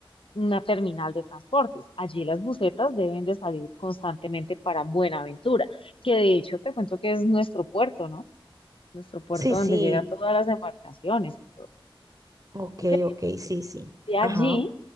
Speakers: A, on the left; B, on the right.
A: una terminal de transportes. Allí las busetas deben de salir constantemente para Buenaventura, que de hecho te cuento que es nuestro puerto, ¿no? Nuestro puerto
B: Sí, sí,
A: donde llega todas las embarcaciones y todo.
B: ok,
A: Ok,
B: ok, sí, sí.
A: de allí
B: Ajá,